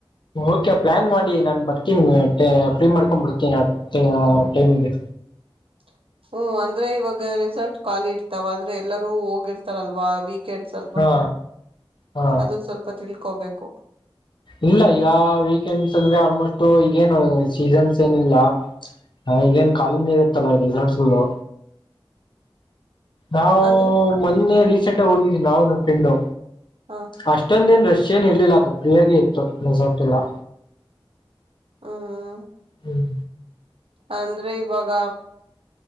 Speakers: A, on the left; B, on the right.
A: ಓಕೆ ಪ್ಲಾನ್ ಮಾಡಿ ನಾನನ್ ಬರ್ತೀನಿ ಫ್ರೀ ಮಾಡ್ಕೊಂಡ್ ಬರ್ತೀನಿ ಆ ಟೈಮಿಗೆ.
B: <inaudible> ಹ್ಮ್ ಅಂದ್ರೆ ಇವಾಗ ರೆಸಾರಟ್ ಖಾಲಿ ಇರ್ತಾವ ಅಂದ್ರೆ ಎಲ್ಲರೂ ಹೋಗಿರ್ತಾರಲ್ವಾಗ ವಿ ವೀಕೆಂಡ್ಸ್ ಅಲ್ವಾ
A: ಹಾ ಹಾ
B: ಅದೊನ್ ಸ್ವಲ್ಪ ತಿಳ್ಕೋಬೇಕು.
A: ಇಲ್ಲ ಈಗ ವೀಕೆಂಡ್ಸ್ ಅಂದ್ರೆ ಆಲ್ಮೋಸ್ಟ್ ಈಗ ಏನು ಸೀಸನ್ಸ್ ಏನಿಲ್ಲ. ಹ ಈಗೇನ್ ಕಾಲಿನ ಇರುತ್ತಲ್ಲ ರೆಸಾರ್ಟಸ್ಗಳು. ನಾವು
B: ಅಂದ್ರ
A: ಮೊನ್ನೆ ರೀಸೆಂಟ್ ಆಗ ಹೋಗಿದ್ವಿ ನವುನು ಫ್ರೆಂಡು
B: ಹ
A: ಅಷ್ಟೊಂದೇನ್ ರಷ್ ಷೇನ್ ಇರ್ಲಿಲ್ಲ ಅದು ಫ್ರೀಯಾಗಿೇ ಇತ್ತು ರೆಸಾರ್ಟ್ ಎಲ್ಲಾ.
B: ಹ್ಮ್.
A: ಹ್ಮ್.
B: ಅಂದ್ರೆ ಇವಾಗ.